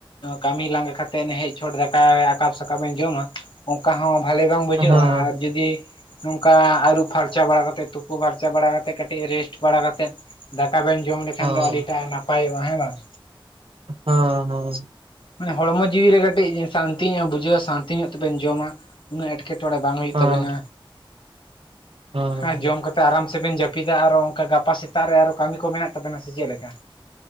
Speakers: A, on the left; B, on the right.
A: ᱠᱟᱹᱢᱤ ᱞᱟᱸᱜᱟ ᱠᱟᱛᱮ ᱦᱮᱡ ᱪᱷᱚᱴ ᱫᱟᱠᱟ ᱟᱠᱟᱠᱟᱵ ᱥᱟᱠᱟᱵ ᱵᱤᱱ ᱡᱚᱢᱟ ᱚᱱᱠᱟ ᱦᱚ ᱵᱷᱟᱞᱤ ᱵᱟᱝ ᱵᱩᱡᱷᱟᱜ
B: ᱦᱩᱸ
A: ᱟ ᱟᱨ ᱡᱩᱫᱤ ᱱᱚᱝᱠᱟ ᱟᱹᱨᱩᱵ ᱯᱷᱟᱨᱪᱟ ᱵᱟᱲᱟ ᱠᱟᱛᱮ ᱛᱩᱯᱩ ᱯᱷᱟᱨᱪᱟ ᱵᱟᱲᱟ ᱠᱟᱛᱮ ᱠᱟᱹᱴᱤᱡ ᱨᱮᱥᱴ ᱵᱟᱲᱟ ᱠᱟᱛᱮ ᱫᱟᱠᱟ ᱵᱮᱱ ᱡᱚᱢ ᱞᱮᱠᱷᱟᱱ
B: ᱦᱩᱸ
A: ᱫᱚ ᱟᱹᱰᱤᱴᱟᱜ ᱱᱟᱯᱟᱭᱚᱜᱼᱟ ᱦᱮᱸ ᱵᱟᱝ?
B: ᱦᱳᱸ ᱦᱳᱸ
A: ᱢᱟᱱᱮ ᱦᱚᱲᱢᱚ ᱡᱤᱣᱤ ᱨᱮ ᱠᱟᱹᱴᱤᱡ ᱥᱟᱱᱛᱤ ᱧᱚᱜ ᱮ ᱵᱩᱡᱷᱟᱹᱣᱟ ᱥᱟᱱᱛᱤ ᱧᱚᱜ ᱛᱮᱵᱮᱱ ᱡᱚᱢᱟ ᱩᱱᱟᱹᱜ ᱮᱴᱠᱮᱴᱮ ᱮᱴᱠᱮᱴᱚᱬᱮ ᱵᱟᱝ ᱦᱩᱭᱩᱜ
B: ᱦᱩᱸ
A: ᱛᱟᱵᱮᱱᱟ
B: ᱦᱩᱸ
A: ᱦᱟ
B: ᱦᱩᱸ
A: ᱡᱚᱢ ᱠᱟᱛᱮ ᱛᱮ ᱟᱨᱟᱢ ᱥᱮᱵᱮᱱ ᱡᱟᱹᱯᱤᱫᱟ ᱟᱨᱚ ᱚᱱᱠᱟ ᱜᱟᱯᱟ ᱥᱮᱛᱟᱜ ᱨᱮ ᱟᱨᱚ ᱠᱟᱹᱢᱤ ᱠᱚ ᱢᱮᱱᱟᱜ ᱛᱟᱵᱮᱱᱟ ᱥᱮ ᱪᱮᱫ ᱞᱮᱠᱟ?